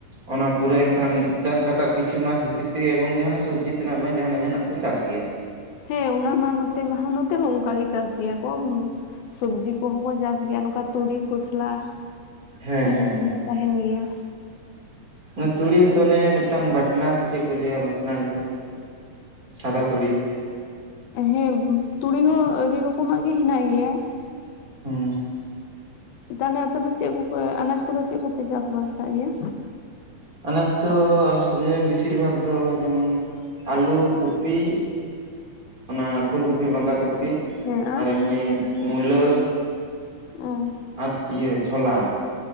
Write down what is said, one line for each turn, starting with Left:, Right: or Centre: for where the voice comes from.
Right: ᱚᱱᱟ ᱯᱩᱨᱟᱹᱣ ᱮᱱᱠᱷᱟᱱ ᱪᱟᱥ ᱨᱟᱠᱟᱵ ᱠᱤᱪᱷᱩ ᱢᱟᱥ ᱵᱷᱤᱛᱤᱨ ᱛᱮᱜᱮ ᱮᱵᱚᱝ ᱡᱟᱦᱟᱸ ᱱᱟᱜ ᱥᱚᱵᱽᱡᱤ ᱛᱮᱱᱟᱜ ᱵᱟᱝ ᱡᱟᱦᱟᱸ ᱱᱟᱜ ᱵᱟᱝ ᱡᱟᱦᱟᱸ ᱱᱟᱜ ᱠᱚ ᱪᱟᱥ ᱜᱤᱭᱟ᱾
Left: ᱦᱮᱸ ᱚᱱᱟ ᱢᱟ ᱱᱚᱛᱮ ᱢᱟ ᱦᱟᱸ ᱱᱚᱛᱮ ᱦᱚᱸ ᱚᱱᱠᱟ ᱜᱮ ᱪᱟᱥ ᱜᱮᱭᱟ ᱠᱚ ᱩᱢᱼᱼ ᱥᱚᱵᱽᱡᱤ ᱠᱚᱦᱚᱸ ᱠᱚ ᱪᱟᱥ ᱜᱮᱭᱟ ᱱᱩᱠᱟ ᱛᱩᱲᱤ ᱠᱷᱚᱥᱞᱟ
Right: ᱦᱮᱸ
Left: ᱩᱱᱟ
Right: ᱦᱮᱸ
Left: ᱠᱩᱢᱟ ᱛᱟᱦᱮᱱ ᱜᱮᱭᱟ᱾
Right: ᱚᱱᱮ ᱛᱩᱲᱤ ᱦᱚᱸ ᱛᱚ ᱚᱱᱮ ᱢᱤᱫᱴᱟᱝ ᱵᱟᱴᱱᱟ ᱥᱮ ᱪᱮᱜ ᱠᱚ ᱞᱟᱹᱭᱟ ᱵᱟᱴᱱᱟ ᱞᱮᱠᱟ᱾ ᱥᱟᱫᱟ ᱛᱩᱲᱤ᱾
Left: ᱦᱮᱸᱵᱽ ᱛᱩᱲᱤ ᱦᱚᱸ ᱟᱹᱰᱤ ᱨᱚᱠᱚᱢᱟᱜ ᱜᱤ ᱦᱮᱱᱟᱜ ᱜᱤᱭᱟ᱾
Right: ᱦᱩᱸ᱾
Left: ᱛᱟᱞᱦᱮ ᱟᱯᱮ ᱫᱚ ᱪᱮᱜ ᱠᱩᱯᱮ ᱟᱱᱟᱡᱽ ᱠᱚᱫᱚ ᱪᱮᱜ ᱠᱩᱯᱮ ᱪᱟᱥᱼ ᱵᱟᱥ ᱠᱟᱜ ᱜᱮᱭᱟ?
Right: ᱟᱱᱟᱡᱽ ᱫᱚ ᱟᱞᱮ ᱥᱮᱜ ᱫᱚ ᱵᱤᱥᱤᱨ ᱵᱷᱟᱜᱽ ᱫᱚ ᱡᱮᱢᱚᱱ ᱟᱞᱩ ᱠᱚᱯᱤᱼᱼ ᱚᱱᱟ ᱯᱷᱩᱞ ᱠᱩᱯᱤ ᱵᱟᱸᱫᱷᱟ ᱠᱚᱯᱤ
Left: ᱦᱮᱸ
Right: ᱟᱨ ᱮᱢᱱᱤ ᱢᱩᱞᱟᱹᱼᱼ
Left: ᱚᱸᱻ᱾
Right: ᱟᱨ ᱤᱭᱟᱹ ᱪᱷᱳᱞᱟ